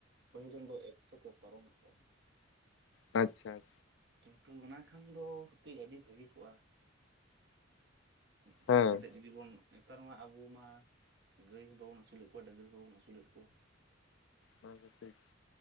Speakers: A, on the right; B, on the left.
A: ᱯᱟᱹᱦᱤᱞ ᱨᱮᱱ ᱫᱚ ᱮᱠᱥᱚ ᱠᱚ ᱯᱟᱨᱚᱢᱮᱜ ᱛᱟᱦᱮᱸᱱᱟ᱾
B: ᱟᱪᱪᱷᱟ ᱟᱪᱪᱷᱟ᱾
A: ᱠᱤᱱᱛᱩ ᱚᱱᱟ ᱠᱷᱟᱱ ᱫᱚ ᱦᱚᱛᱮᱡ ᱟᱹᱰᱤ ᱵᱷᱟᱹᱜᱮ ᱠᱚᱜᱼᱟ᱾ ᱡᱟᱦᱟᱸ
B: ᱦᱮᱸ
A: ᱞᱮᱠᱟᱛᱮᱜ ᱡᱩᱫᱤ ᱵᱚᱱ ᱱᱮᱛᱟᱨ ᱢᱟ ᱟᱵᱚ ᱢᱟ ᱜᱟᱹᱭ ᱦᱚᱸ ᱵᱟᱵᱚᱱ ᱟᱹᱥᱩᱞᱮᱜ ᱠᱚᱣᱟ ᱰᱟᱹᱝᱨᱤ ᱦᱚᱸ ᱵᱟᱵᱚᱱ ᱟᱹᱥᱩᱞᱮᱜ ᱠᱚᱣᱟ᱾
B: ᱱᱚᱣᱟᱫᱚ ᱴᱷᱤᱠ᱾